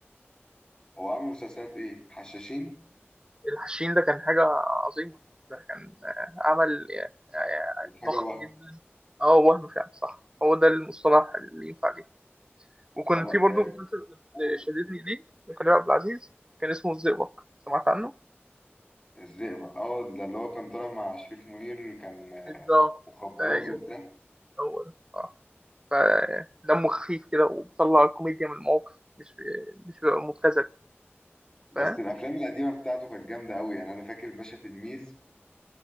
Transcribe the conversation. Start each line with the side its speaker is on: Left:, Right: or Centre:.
Left: هو عامل مسلسلات ايه حشاشين
Right: الحشين ده كان حاجة عظيمة ده كان آه، عمل آه، آه،
Left: كانت حاجه
Right: ضخم
Left: وهم
Right: جدا أه وهم فعلا صح هو ده المصطلح اللي ينفع ليه وكان
Left: طب
Right: في
Left: آه
Right: برضه مسلسل كنت
Left: قول
Right: شددني ليه لكريم عبد العزيز كان اسمه الزئبق سمعت عنه؟
Left: الزئبق اه ده اللي هو كان طالع مع شريف منير كان آه
Right: بالظبط
Left: مخابرات
Right: ايوه
Left: وبتاع
Right: هو ده اه فدمه خفيف كده وبيطلع الكوميديا من المواقف مش مش بيبقى مبتذل
Left: بس
Right: فاهم؟
Left: الافلام القديمه بتاعته كانت جامده قوي يعني انا فاكر باشا تلميذ